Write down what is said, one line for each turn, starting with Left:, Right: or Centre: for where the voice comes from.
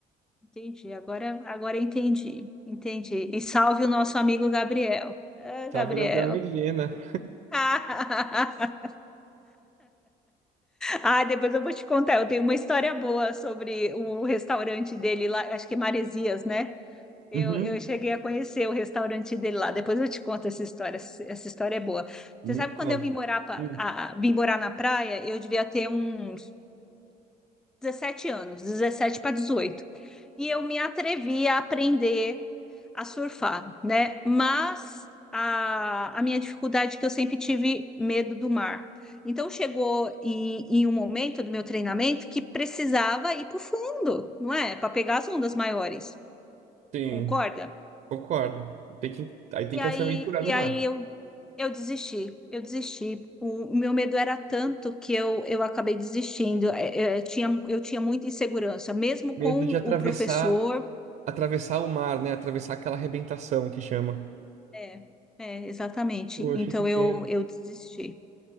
Centre: Entendi, agora, agora entendi, entendi. E salve o nosso amigo Gabriel. Ah,
Right: tá?
Centre: Gabriel.
Right: Viu, Gabriel Medina.
Centre: <laughs> Ah, depois eu vou te contar. Eu tenho uma história boa sobre o restaurante dele lá, acho que é Maresias, né? Eu,
Right: Uhum.
Centre: eu cheguei a conhecer o restaurante dele lá. Depois eu te conto essa história. Essa essa história é boa. Você
Right: Me
Centre: sabe
Right: conta.
Centre: quando eu vim morar, pra,
Right: Hum,
Centre: a- a- vim morar na praia? Eu devia ter uns 17 anos, 17 para 18. e eu me atrevi a aprender a surfar, né? Mas a, a minha dificuldade é que eu sempre tive medo do mar. Então chegou em, em um momento do meu treinamento que precisava ir para o fundo, não é? Para pegar as ondas maiores,
Right: Sim,
Centre: concorda?
Right: concordo. Tem que, aí tem
Centre: E
Right: que
Centre: aí,
Right: se aventurar
Centre: e
Right: no mar.
Centre: aí eu, eu desisti, eu desisti. O, o meu medo era tanto que eu, eu acabei desistindo. É, é, tinha, eu tinha muita insegurança, mesmo
Right: Medo
Centre: com
Right: de atravessar,
Centre: o professor.
Right: atravessar o mar, né? Atravessar aquela arrebentação que chama.
Centre: É, é, exatamente.
Right: Poxa,
Centre: Então
Right: que pena.
Centre: eu, eu desisti.